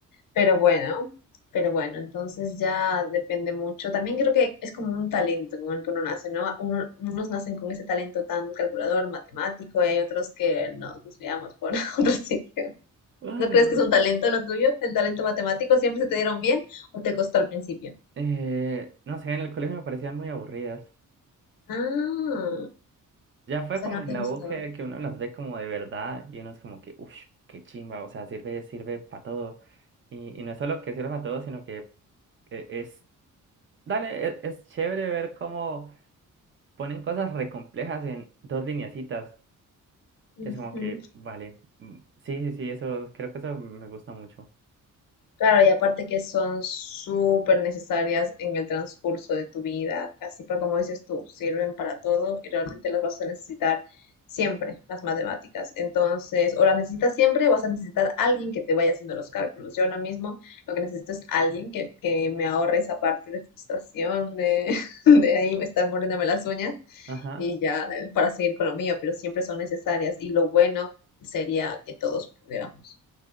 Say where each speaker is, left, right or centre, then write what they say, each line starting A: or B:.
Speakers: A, on the left (about 90°); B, on the right (about 40°).
A: Pero bueno, pero bueno, entonces ya depende mucho. También creo que es como un talento con el que uno nace, ¿no? Uno- unos nacen con ese talento tan calculador, matemático, y hay otros que nos desviamos por <laughs> otros sitios.
B: Bueno,
A: ¿No crees que es un talento lo tuyo? ¿El talento matemático siempre se te dieron bien o te costó al principio?
B: Eh, no sé, en el colegio me parecían muy aburridas.
A: Ah,
B: Ya fue
A: o sea
B: como
A: que no te
B: en la
A: gustó.
B: U que, que uno las ve como de verdad y uno es como que, uff, qué chimba, o sea, sirve, sirve para todo. Y, y no es solo que sirve para todo, sino que eh, es, dale, e- es, chévere ver cómo ponen cosas re complejas en dos lineacitas.
A: Ujú.
B: Y es como que, vale, mm, sí, sí, sí, eso, creo que eso me gusta mucho.
A: Claro, y aparte que son súper necesarias en el transcurso de tu vida, así para como dices tú, sirven para todo y realmente las vas a necesitar siempre, las matemáticas. Entonces, o las necesitas siempre o vas a necesitar a alguien que te vaya haciendo los cálculos. Yo ahora mismo lo que necesito es alguien que, que me ahorre esa parte de frustración, de, <laughs> de ahí estar mordiéndome las uñas
B: Ajá,
A: y ya eh, para seguir con lo mío, pero siempre son necesarias y lo bueno sería que todos pudiéramos